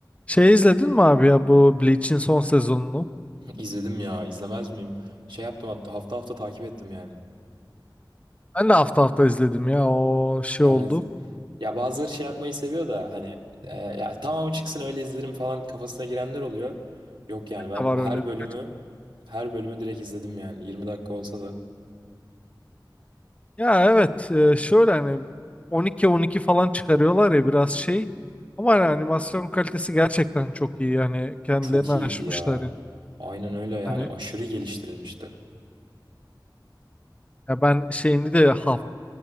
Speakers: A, on the left; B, on the right.
A: Şey izledin mi abi ya bu Bleach'in son sezonunu?
B: İzledim ya, izlemez miyim? Şey yaptım hatta hafta hafta takip ettim yani.
A: Ben de hafta hafta izledim ya o şey
B: Evet.
A: oldu.
B: Ya bazıları şey yapmayı seviyor da hani e, ya tamam çıksın öyle izlerim falan kafasına girenler oluyor. Yok yani ben
A: Ne var
B: her
A: öyle
B: bölümü
A: bir.
B: her bölümü direkt izledim yani 20 dakika olsa da
A: Ya evet e, şöyle hani 12-12 falan çıkarıyorlar ya biraz şey. Ama hani animasyon kalitesi gerçekten çok iyi yani kendilerini
B: çok
A: aşmışlar
B: iyiydi ya.
A: yani.
B: Aynen öyle yani
A: Hani
B: aşırı geliştirilmişti.
A: ya ben şeyini de haf